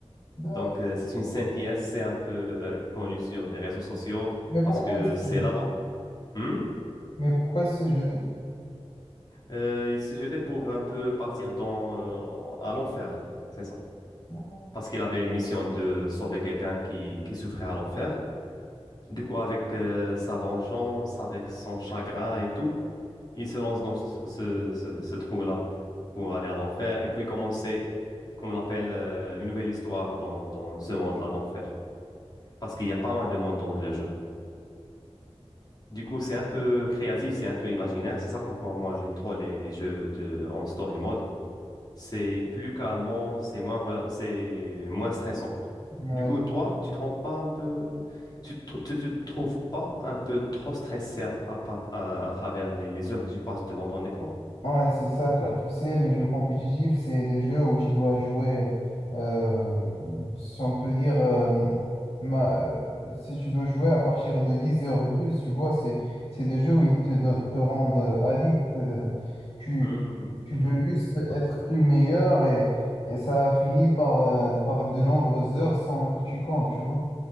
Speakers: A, on the left; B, on the left.
A: De-
B: Donc, euh, c'est une scène qui est assez un peu euh, connue sur les réseaux sociaux
A: Mais
B: parce
A: pourquoi
B: que
A: il s'est
B: c'est
A: jeté?
B: là-bas. Hmm
A: Mais pourquoi il s'est jeté?
B: Euh, il s'est jeté pour un peu partir dans, euh, à l'enfer, c'est ça.
A: Ouais,
B: Parce qu'il avait une mission de sauver quelqu'un qui, qui souffrait à l'enfer. Du coup, avec euh, sa vengeance, avec son chagrin et tout. il se lance dans ce, ce- ce- ce trou-là pour aller à l'enfer et puis commencer, comme on appelle, euh, une nouvelle histoire dans, dans ce monde-là d'enfer. Parce qu'il y a pas mal de monde dans le jeu. Du coup, c'est un peu créatif, c'est un peu imaginaire. C'est ça pourquoi moi j'aime trop les, les jeux de, en story mode. C'est plus calmant, c'est moins, rela- c'est moins stressant.
A: ouais,
B: Du coup, toi, tu te rends pas un peu, tu te, tu te trouves pas un peu trop stressé à, tra- à par- à- à travers les, les heures que tu passes devant ton écran?
A: Ouais, c'est ça, car tu sais, les jeux compétitifs, c'est des jeux où tu dois jouer, euh, si on peut dire, euh, ma- euh, si tu dois jouer à partir de 10 heures et plus, tu vois, c'est, c'est des jeux où ils te, do- te rendent euh, addict, euh, tu,
B: Hmm.
A: tu veux Mhm. juste être plus meilleur et, et ça finit par, euh, par de nombreuses heures sans que tu comptes, tu vois.